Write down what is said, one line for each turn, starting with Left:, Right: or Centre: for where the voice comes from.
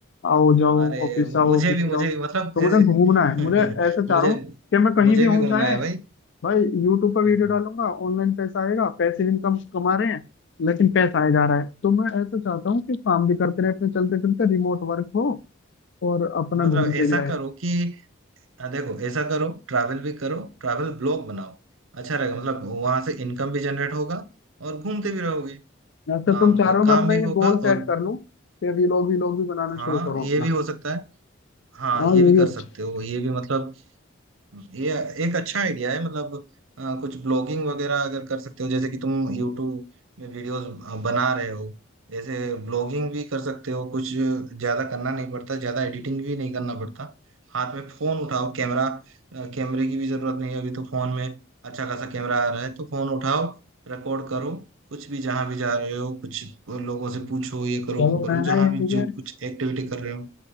Left: आओ जाओ
Right: अरे
Left: ऑफिस आओ
Right: मुझे
Left: ऑफिस
Right: भी मुझे
Left: जाओ
Right: भी मतलब
Left: तो मुझे
Right: ए,
Left: घूमना है
Right: <laughs>
Left: मुझे ऐसा चाह
Right: मुझे
Left: रहा हूँ कि मैं कहीं
Right: मुझे
Left: भी हूँ
Right: भी घूमना
Left: चाहे
Right: है भाई
Left: भाई यूट्यूब पर वीडियो
Right: <laughs>
Left: डालूंगा ऑनलाइन पैसा आएगा पैसे इनकम कमा रहे हैं लेकिन पैसा आया जा रहा है तो मैं ऐसा चाहता हूँ कि काम भी करते रहे अपने चलते फिरते रिमोट वर्क हो और अपना
Right: मतलब
Left: घूमते
Right: ऐसा
Left: भी रहे
Right: करो कि हाँ देखो ऐसा करो ट्रैवल भी करो ट्रैवल ब्लॉग बनाओ अच्छा रहेगा मतलब वहां से इनकम भी जनरेट होगा और घूमते भी रहोगे
Left: या तो
Right: काम
Left: तुम चारों
Right: का काम
Left: में अपना
Right: भी
Left: ये
Right: होगा
Left: गोल
Right: और
Left: सेट कर लूं कि ये लोग भी लोग भी बनाना
Right: हाँ
Left: शुरू करो
Right: ये
Left: अपना
Right: भी हो सकता है हाँ
Left: हाँ
Right: ये
Left: ये
Right: भी कर
Left: भी अच्छा
Right: सकते हो ये भी मतलब ये एक अच्छा आइडिया है मतलब अ, कुछ ब्लॉगिंग वगैरह अगर कर सकते हो जैसे कि तुम यूट्यूब में वीडियोस बना रहे हो ऐसे ब्लॉगिंग भी कर सकते हो कुछ ज्यादा करना नहीं पड़ता ज्यादा एडिटिंग भी नहीं करना पड़ता हाथ में फोन उठाओ कैमरा अ, कैमरे की भी जरूरत नहीं है अभी तो फोन में अच्छा खासा कैमरा आ रहा है तो फोन उठाओ रिकॉर्ड करो कुछ भी जहां भी जा रहे हो कुछ लोगों से पूछो ये करो
Left: चलो
Right: वो करो
Left: मैं ना
Right: जहां
Left: ये
Right: भी
Left: चीजें
Right: जो कुछ एक्टिविटी कर रहे हो